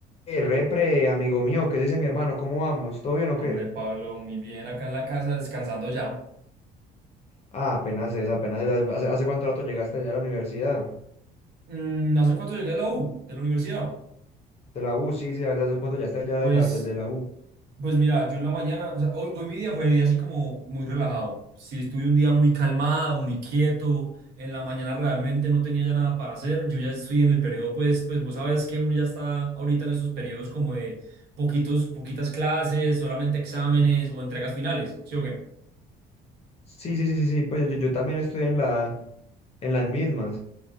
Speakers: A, on the left; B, on the right.
A: Eh, repre, amigo mío, ¿qué dice mi hermano? ¿Cómo vamos? ¿Todo bien
B: Hombre,
A: o qué?
B: Pablo, muy bien, acá en la casa descansando ya.
A: Ah, apenas es, apenas es. ¿Hace, hace cuánto rato llegaste allá a la universidad?
B: Mm, no sé cuánto llegué a la U, de la universidad.
A: De la U, sí, sí, ¿hace hace cuánto ya estás allá
B: Pues,
A: de la, desde la U?
B: pues mira, yo en la mañana, o sea, hoy, hoy mi día fue así como muy relajado. Sí, estuve un día muy calmado, muy quieto. En la mañana realmente no tenía ya nada para hacer. Yo ya estoy en el periodo, pues, pues vos sabes que uno ya está ahorita en esos periodos como de poquitos, poquitas clases, solamente exámenes o entregas finales, ¿sí o
A: Sí, sí, sí, sí, sí, pues yo, yo, yo también estoy en la, en las mismas.